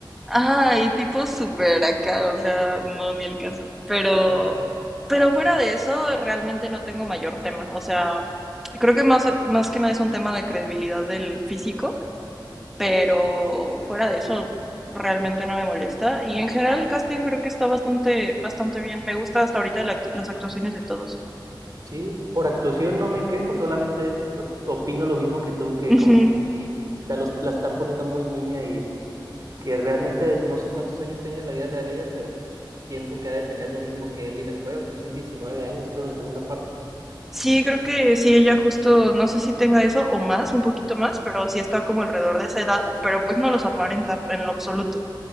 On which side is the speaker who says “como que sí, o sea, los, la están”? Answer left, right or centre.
Right